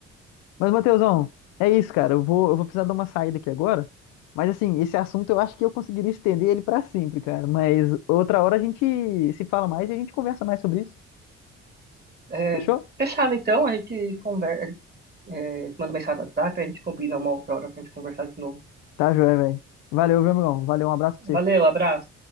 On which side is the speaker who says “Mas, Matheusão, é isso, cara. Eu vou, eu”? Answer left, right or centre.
Left